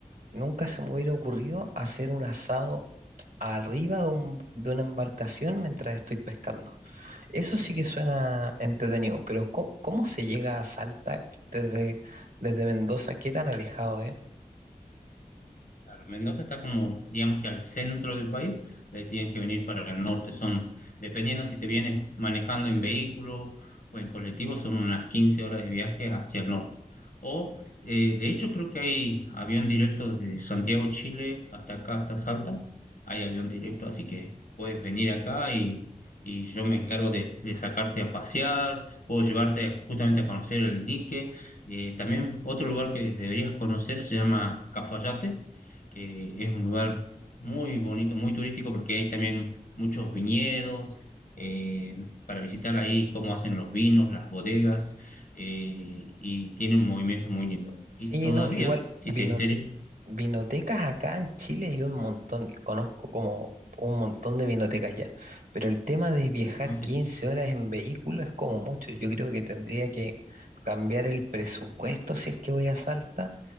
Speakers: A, on the right; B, on the left.
A: nunca se me hubiera ocurrido hacer un asado arriba de un- de una embarcación mientras estoy pescando. Eso sí que suena entretenido, pero ¿cómo, cómo se llega a Salta desde, desde Mendoza? ¿Qué tan alejado es?
B: Claro, Mendoza está como, digamos que al centro del país, de ahí tienes que venir para el norte, son, dependiendo si te vienes manejando en vehículo o en colectivo, son unas 15 horas de viaje hacia el norte. O, eh, de hecho, creo que hay avión directo desde Santiago, Chile, hasta acá, hasta Salta, hay avión directo, así que puedes venir acá y, y yo me encargo de, de sacarte a pasear, puedo llevarte justamente a conocer el dique. Eh, también otro lugar que deberías conocer se llama Cafayate que es un lugar muy bonito, muy turístico, porque hay también muchos viñedos eh, para visitar ahí cómo hacen los vinos, las bodegas, eh, y tiene un movimiento muy lindo.
A: Sí,
B: Y todavía,
A: no, igual
B: si
A: vino,
B: te interesa,
A: vinotecas acá en Chile hay un montón, conozco como un montón de vinotecas ya, pero el tema de viajar
B: conoces,
A: 15 horas en vehículo es como mucho, yo creo que tendría que cambiar el presupuesto si es que voy a Salta,